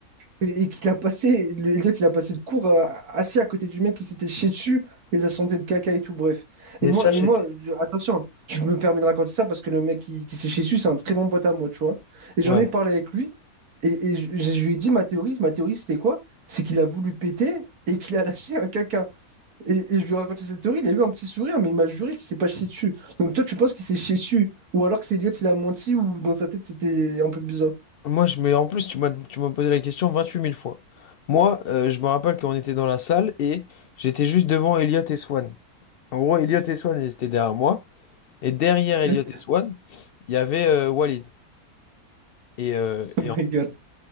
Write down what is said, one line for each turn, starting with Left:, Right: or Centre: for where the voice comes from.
Right: Et et qu'il a passé, le- Elliot, il a passé le cours euh, assis à côté du mec qui s'était chié dessus, les a senté de caca et tout, bref. Et
Left: Mais
Right: moi,
Left: ça,
Right: et
Left: c'était
Right: moi, je- attention, je me permets de raconter ça parce que le mec qui, qui s'est chié dessus, c'est un très bon pote à moi, tu vois. Et j'en
Left: Ouais.
Right: ai parlé avec lui, et, et je, je lui ai dit ma théorie, ma théorie c'était quoi? C'est qu'il a voulu péter et qu'il a lâché un caca. Et, et je lui ai raconté cette théorie, il a eu un petit sourire, mais il m'a juré qu'il s'est pas chié dessus. Donc toi, tu penses qu'il s'est chié dessus? Ou alors que c'est Elliot, il a menti, ou dans sa tête, c'était un peu bizarre.
Left: Moi, je me... en plus, tu m'as tu m'as posé la question vingt-huit mille fois. Moi, euh, je me rappelle qu'on était dans la salle et j'étais juste devant Elliot et Swan. En gros, Elliot et Swan, ils étaient derrière moi. Et derrière Elliot
Right: <laughs>
Left: et Swan, il y avait euh, Walid. Et, euh,
Right: Ça
Left: et,
Right: me
Left: en,
Right: régale.